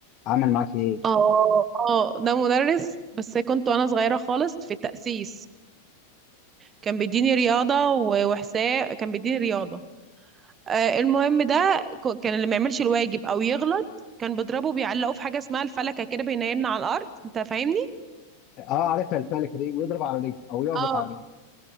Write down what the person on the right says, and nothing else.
اه اه ده مدرس بس كنت وانا صغيرة خالص في التأسيس كان بيديني رياضة و- وحساب كان بيديني رياضة آه المهم ده ك- كان اللي ما يعملش الواجب او يغلط كان بيضربه بيعلقه في حاجة اسمها الفلكة كده بينيمنا على الأرض انت فاهمني
اه